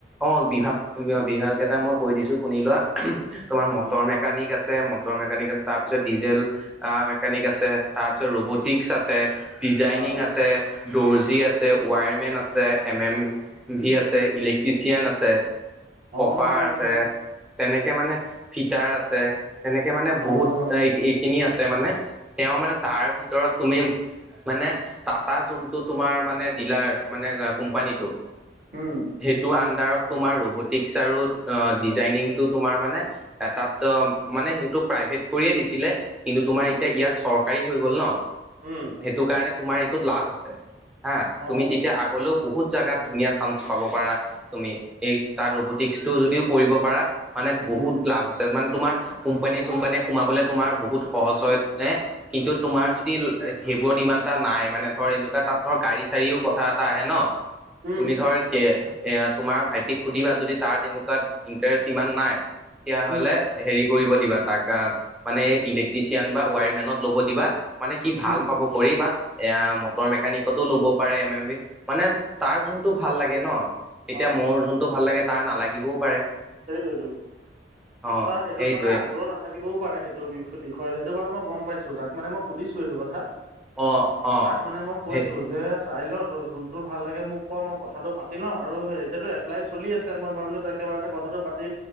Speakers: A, in the centre; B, on the right.
A: অ', বিভাগ-বিভাগ কেইটা মই কৈ দিছো শুনি লোৱা। তোমাৰ
B: উম।
A: মটৰ মেকানিক আছে, মটৰ মেকানিক আছ তাৰপিছত ডিজেল আহ মেকানিক আছে তাৰপিছত ৰবটিকছ আছে। ডিজাইনিং
B: অ',
A: আছে। দ'ৰ্জী আছে ৱায়াৰমেন আছে এম এম ভি আছে ইলেক্ট্ৰিচিয়ান আছে।
B: অ',
A: কপাৰ আছে তেনেকে মানে ফিটাৰ আছে। তেনেকে মানে
B: অ',
A: বহুত এইখিনি আছে। মানে তেওঁ মানে তাৰ ভিতৰত তুমি মানে টাটা যোনটো তোমাৰ মানে ডিলাৰ মানে কোম্পানীটো।
B: উম
A: সেইটো আণ্ডাৰত তোমাৰ ৰ'বটিকছ আৰু ডিজাইনিংটো তোমাৰ মানে তাত মানে সেইটো প্ৰাইভেট কৰিয়ে দিছিলে। কিন্তু
B: উম,
A: তোমাৰ এতিয়া ইয়াত চৰকাৰী হৈ গ'ল ন
B: উম।
A: সেইটো কাৰণে তোমাৰ এইটোত লাভ আছে। হা
B: অ',
A: তুমি তেতিয়া আগলেও বহুত জাগাত ধুনীয়া চান্স পাব পাৰা। তুমি এই তাৰ ৰবটিকস টো যদিও কৰিব পাৰা মানে বহুত
B: উম,
A: লাভ আছে মানে তোমাৰ কোম্পানীয়ে চোম্পানীয়ে সোমাবলে তোমাৰ বহুত সহজ হয় নে কিন্তু তোমাৰ যদি সেইবোৰ ডিমাণ্ড এটা নাই মানে ধৰ এনেকুৱা তাত ধৰ গাড়ী চাৰীও কথা এটা আহে ন
B: উম,
A: তুমি ধৰ কে এয়া তোমাৰ ভাইটিক সুধিবা যদি তাৰ তেনেকুৱা ইণ্টাৰেষ্ট ইমান নাই তেতিয়াহ'লে
B: উম,
A: হেৰি কৰিব দিবা তাক অ মানে ইলেক্ট্ৰিচিয়ান বা ৱায়াৰমেনত ল'ব দিবা। মানে সি
B: উম,
A: ভাল পাব কৰি বা এয়া মটৰ মেকানিকতো ল'ব পাৰে এম এম বি মানে তাৰ যোনতটো ভাল লাগে ন এতিয়া
B: অ',
A: মোৰ যোনটো ভাল লাগে তাৰ নালাগিবও পাৰে।
B: সেইটোৱেটো
A: অ
B: তাৰ সেইটোত
A: সেইটোৱে
B: মানে আগ্ৰহ নাথাকিবও পাৰে সেইটোৰ বিষয়ে বিষয়ত সেইটো বাৰু মই গম পাইছো তাক মানে মই সুধিছো এইটো কথা।
A: অ অ
B: তাক মানে মই কৈছো
A: সেই
B: যে চাইলত যোনটো ভাল লাগে মোক ক মই কথাটো পাতি লওঁ আৰু এতিয়াতো এপ্লাই চলি আছে মই ভাবিলো তাক এবাৰ কথাটো পাতি